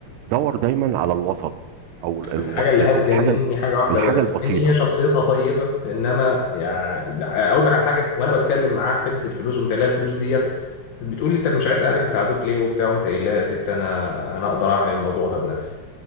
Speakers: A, on the right (about 80°); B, on the left (about 80°).
A: دور دايما على الوسط او ال- الوسط
B: الحاجة اللي
A: او
B: هتجنني
A: الحاجة ال-
B: حاجة واحدة
A: الحاجة
B: بس
A: البسيطة
B: إن هي شخصيتها طيبة إنما يعني ده- أقول لك على حاجة وأنا بتكلم معاها في حتة الفلوس قمت قايل لها الفلوس ديت بتقول لي أنت مش عايز أهلك يساعدوك ليه وبتاع قمت قايل لها يا ست أنا أنا أقدر أعمل الموضوع ده بنفسي